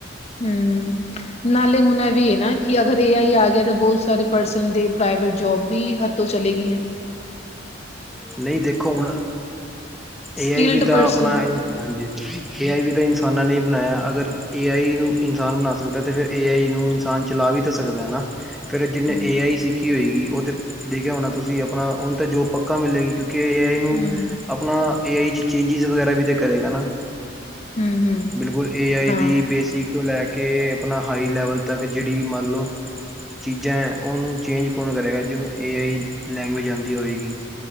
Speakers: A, on the left; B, in the centre.
A: ਹਮ-ਮ। ਨਾਲੇ ਹੁਨ ਐਵੀ ਏਨਾ ਕਿ ਅਗਰ ਏ ਆਈ ਆ ਗਯਾ, ਤਾ ਬੋਤ ਸਾਰੇ ਪਰਸਨ ਦੇ ਪ੍ਰਾਈਵੇਟ ਜੋਬ ਵੀ ਹ ਤੋ ਚਲੇ ਗਿਐਂ।
B: ਨਈ, ਦੇਖੋ ਹੁਣ ਏ
A: ਸਕਿਲਡ
B: ਆਈ ਵੀ ਤਾ
A: ਪਰਸਨ
B: ਅਪਨਾ ਏ ਹਾਂਜੀ-ਹਾਂਜੀ ਏ ਆਈ ਵੀ ਤਾ ਇਨਸਾਨਾਂ ਨੇ ਈ ਬਨਾਯਾ, ਅਗਰ ਏ ਆਈ ਨੂੰ ਇਨਸਾਨ ਬਨਾ ਸਕਦਾ, ਤੇ ਫੇਰ ਏ ਆਈ ਨੂੰ ਇਨਸਾਨ ਚਲਾ ਵੀ ਤੇ ਸਕਦਾ ਏ ਨਾ। ਫੇਰ ਜਿਨੇ
A: ਹਮ
B: ਏ ਆਈ ਸਿੱਖੀ ਹੋਏਗੀ, ਓ ਤੇ ਦੇਖਯਾ ਹੋਣਾ ਚਾਹੀਦਾ ਤੁਸੀ ਅਪਨਾ ਓਨੂੰ ਤੇ ਜੋਬ ਪ ਪੱਕਾ ਮਿਲੇਗੀ ਕਯੁਕਿ ਏ ਆਈ ਨੂੰ
A: ਹਮ
B: ਅਪਨਾ, ਏ ਆਈ'ਚ ਚੇਂਜਿਸ ਵਗੈਰਾ ਵੀ ਤੇ ਕਰੇਗਾ ਨਾ
A: ਹਮ ਹਮ
B: ਬਿਲਕੁਲ, ਏ ਆਈ
A: ਹਾਂ
B: ਦੀ ਬੇਸਿ ਤੋ ਲੈਕੇ ਅਪਨਾ ਹਾਈ ਲੈਵਲ ਤੱਕ, ਜੇੜੀ ਵੀ ਮੰਨ ਲੋ ਚੀਜ਼ਾਂ ਓਨੂੰ ਚੇਂਜ ਕੌਣ ਕਰੇਗਾ, ਜਿਨੂੰ ਏ ਆਈ ਲੈਂਗਵੇਜ ਆਂਦੀ ਹੋਏਗੀ।